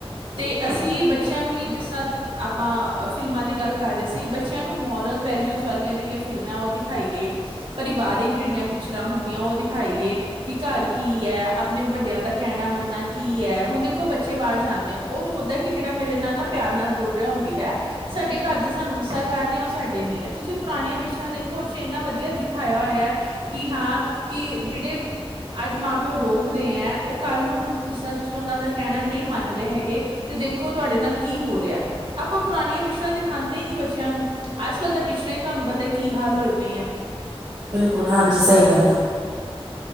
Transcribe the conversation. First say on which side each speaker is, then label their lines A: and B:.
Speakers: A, on the right; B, on the right.
A: ਤੇ ਅਸੀਂ ਬੱਚਿਆਂ ਨੂੰ ਵੀ, ਜਿਸ ਤਰ੍ਹਾਂ ਆਪਾਂ ਫਿਲਮਾਂ ਦੀ ਗੱਲ ਕਰ ਰਹੇ ਸੀ। ਬੱਚਿਆਂ ਨੂੰ ਮੋਰਲ ਵ ਵਾਲੀਆਂ ਜਿਹੜੀਆਂ ਫਿਲਮਾਂ ਉਹ ਦਿਖਾਈਏ। ਪਰਿਵਾਰਿਕ ਜਿਹੜੀਆਂ ਪਿਕਚਰਾਂ ਹੁੰਦੀਆਂ। ਉਹ ਦਿਖਾਈਏ, ਕਿ ਘਰ ਕੀ ਹੈ। ਆਪਣੇ ਵੱਡਿਆਂ ਦਾ ਕਹਿਣਾ ਮੰਨਣਾ ਕੀ ਹੈ! ਹੁਣ ਦੇਖੋ ਬੱਚੇ ਬਾਹਰ ਜਾਂਦੇ ਆ। ਉਹ ਸੋਚਦਾ ਕਿ ਜਿਹੜਾ ਮੇਰੇ ਨਾਲ ਨਾ ਪਿਆਰ ਨਾਲ ਬੋਲ ਰਿਹਾ, ਉਹ ਮੇਰਾ ਸਾਡੇ ਘਰ ਦੇ ਸਾਨੂੰ ਗੁੱਸਾ ਕਰ ਰਹੇ ਸਾਡੇ ਨੀ ਹੈ। ਤੁਸੀਂ ਪੁਰਾਣੀਆਂ ਪਿੱਛਰਾਂ ਦੇਖੋ ਉੇ ਇੰਨਾ ਵਧੀਆ ਦਿਖਾਇਆ ਹੋਇਆ ਕਿ ਹਾਂ ਕਿ ਜਿਹੜੇ ਅੱਜ ਮਾਂ ਪਿਓ ਰੋਕ ਰਹੇ ਹੈ ਆ। ਉਹ ਕੱਲ ਨੂੰ ਜਿਸ ਤਰ੍ਹਾਂ ਤੁਸੀਂ ਉਹਨਾਂ ਦਾ ਕਹਿਣਾ ਨਹੀਂ ਮੰਨ ਰਹੇ, ਹੈਗੇ ਤੇ ਦੇਖੋ ਤੁਹਾਡੇ ਨਾਲ ਕੀ ਹੋ ਰਿਹਾ। ਆਪਾਂ ਪੁਰਾਣੀਆਂ ਪਿੱਛਰਾਂ ਦਿਖਾਉਂਦੇ ਹੀ ਨੀ ਬੱਚਿਆਂ ਨੂੰ ਅੱਜ ਕੱਲ ਤਾਂ ਪਿੱਛੇ ਤੁਹਾਨੂੰ ਪਤਾ ਕੀ ਹਾਲ ਹੋਏ ਪਏ ਹੈ।
B: ਬਿਲਕੁਲ ਹਾਂਜੀ! ਸਹੀ ਗੱਲ ਹੈ।